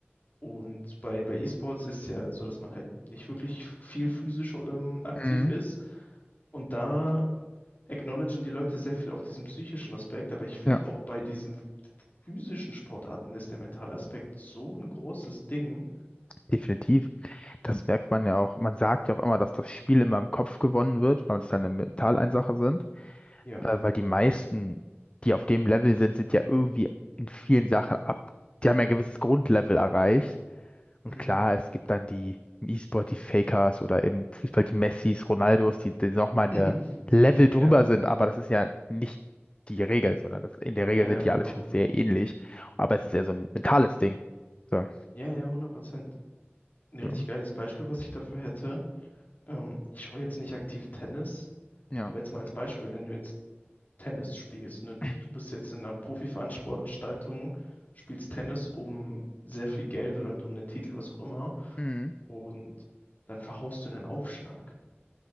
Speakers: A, on the left; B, on the left.
A: Und bei, bei E-Sports ist ja so, dass man halt nicht wirklich viel physisch ähm, aktiv
B: Mhm.
A: ist. Und da acknowledgen die Leute sehr viel auch diesen psychischen Aspekt, aber ich finde
B: Ja,
A: auch bei diesen physischen Sportarten ist der mentale Aspekt so ein großes Ding.
B: definitiv. Das merkt man ja auch. Man sagt ja auch immer, dass das Spiel immer im Kopf gewonnen wird, weil es dann eine Mentaleinsache sind.
A: Ja.
B: Äh, weil die meisten, die auf dem Level sind, sind ja irgendwie in vielen Sachen ab. Die haben ja ein gewisses Grundlevel erreicht. Und
A: Mhm.
B: klar, es gibt dann die im E-Sport, die Fakers oder im Fußball die Messis, Ronaldos, die, die nochmal
A: <laughs>
B: eine Level drüber
A: Ja,
B: sind. Aber das ist ja nicht die Regel, sondern das, in der Regel
A: ja, ja,
B: sind
A: genau,
B: die alle schon
A: genau.
B: sehr ähnlich. Aber es ist ja so ein mentales Ding. So,
A: Ja, ja, hundert Prozent. Ein richtig
B: so.
A: geiles Beispiel, was ich dafür hätte. Ähm, ich schaue jetzt nicht aktiv Tennis,
B: Ja.
A: aber jetzt mal als Beispiel, wenn du jetzt Tennis spielst, ne,
B: <clears throat>
A: du bist jetzt in einer Profiveranstaltung, spielst Tennis um sehr viel Geld oder halt um den Titel, was auch immer,
B: Mhm.
A: und dann verhaust du einen Aufschlag.